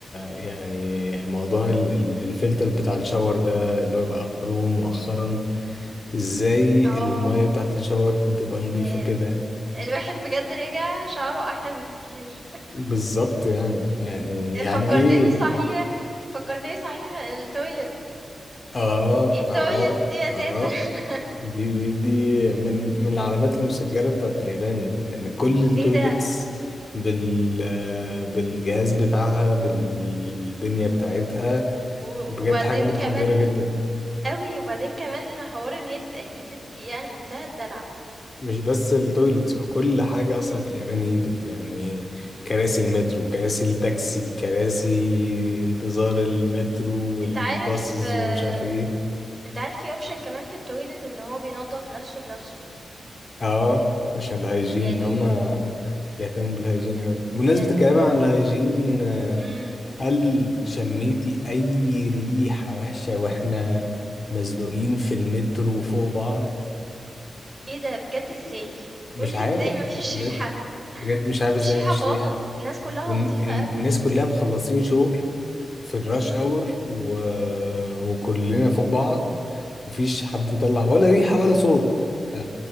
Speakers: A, on the left; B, on the right.
A: يعني موضوع ال... ال- الفلتر بتاع الشاور ده اللي هو بقى قانون مؤخرا إزاي
B: آه،
A: المية بتاعت الشاور بتبقى نظيفة
B: ياه!
A: كده
B: الواحد بجد رجع شعره أحلى بكتير.
A: بالظبط يعني يعني
B: آآ،
A: يعني
B: فكّرتني
A: إيه
B: صحيح فكّرتني صحيح الtoilets
A: آه
B: إيه الtoilets
A: آه
B: دي أساسًا
A: آه
B: <laughs>
A: دي دي من من العلامات المسجلة بتاعت اليابان لأن كل التويلتس
B: إيه ده!
A: بال بالجهاز بتاعها بالدنيا بتاعتها
B: و
A: بجد
B: وبعدين
A: حاجة متحضرة
B: كمان
A: جدا
B: أوي، وبعدين كمان حوار إن هي تبقى heated دي يعني منتهى الدلع.
A: مش بس التويلتس هو كل حاجة أصلا
B: إمم،
A: في اليابان هيتد يعني كراسي المترو كراسي التاكسي كراسي انتظار المترو والباصز
B: أنت عارف آه،
A: ومش عارف ايه
B: أنت عارف في option كمان في الtoilet إن هو بينضّف نَفْسه بنَفْسه،
A: اه عشان الهايجين
B: يعني
A: هما بيهتموا بالهايجين أوي
B: بجد
A: بمناسبة الكلام عن الهايجين
B: إمم.
A: هل شميتي أي ريحة وحشة وإحنا مزنوقين في المترو فوق بعض؟
B: إيه ده بجد إزاي؟
A: مش
B: قُل لي
A: عارف
B: إزاي ما فيش
A: بجد
B: ريحة،
A: بجد مش عارف
B: ما فيش
A: إزاي
B: ريحة
A: مفيش
B: خالص،
A: ريحة
B: الناس كُلّها
A: والناس
B: نضيفة أوي.
A: كلها مخلصين شغل في الراش
B: إمم.
A: أور و... وكلنا فوق بعض مفيش حد مطلع ولا ريحة ولا صوت ف